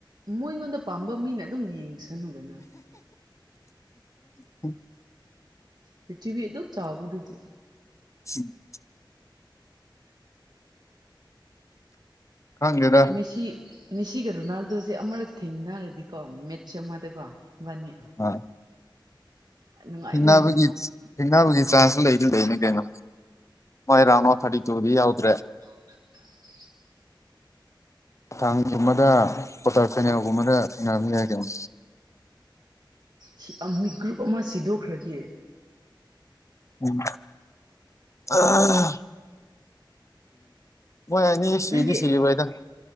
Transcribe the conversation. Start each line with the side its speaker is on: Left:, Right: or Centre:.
Right: ꯃꯣꯏꯉꯣꯟꯗ ꯄꯥꯝꯕ ꯃꯤꯅ ꯑꯗꯨꯝ ꯌꯦꯡꯁ ꯁꯅꯨ ꯀꯩꯅꯣ
Left: <unintelligible>
Right: ꯄ꯭ꯔꯤꯊꯤꯕꯤ ꯑꯗꯨꯛ ꯆꯥꯎꯕ ꯗꯨꯕꯨ
Left: <unintelligible> ꯈꯪꯗꯦꯗ
Right: ꯃꯦꯁꯤ ꯃꯦꯁꯤꯒ ꯔꯣꯅꯥꯜꯗꯣꯁꯦ ꯑꯃꯔꯛ ꯊꯦꯡꯅꯔꯗꯤꯀꯣ ꯃꯦꯠꯆ ꯑꯃꯗꯀꯣ ꯃꯥꯕꯅꯤ
Left: ꯍꯥ
Right: ꯅꯨꯡꯉꯥꯏꯗꯣꯏꯅꯦ
Left: ꯊꯦꯡꯅꯕꯒꯤ ꯊꯦꯡꯅꯕꯒꯤ ꯆꯥꯟꯁꯨ ꯂꯩꯗꯤ ꯂꯩꯅꯤ ꯀꯩꯅꯣ ꯃꯣꯏ ꯔꯥꯎꯟꯗ ꯑꯣꯐ ꯊꯥꯔꯇꯤ ꯇꯨꯗꯤ ꯌꯥꯎꯗ꯭ꯔꯦ
Right: <unintelligible>
Left: ꯊꯥꯡꯒꯨꯝꯕꯗ ꯀ꯭ꯋꯥꯇꯔ ꯐꯦꯅꯦꯜꯒꯨꯝꯕꯗ ꯊꯦꯡꯅꯕꯖꯤ ꯌꯥꯏ ꯀꯩꯅꯣ
Right: ꯁꯤꯌꯥ ꯃꯤ ꯒ꯭ꯔꯨꯞ ꯑꯃ ꯁꯤꯗꯣꯛꯈ꯭ꯔꯗꯤ
Left: ꯎꯝ ꯑꯥ ꯃꯣꯏ ꯑꯅꯤ ꯁꯤꯗꯤ
Right: ꯅꯪꯗꯤ
Left: ꯁꯤꯔꯣꯏꯗ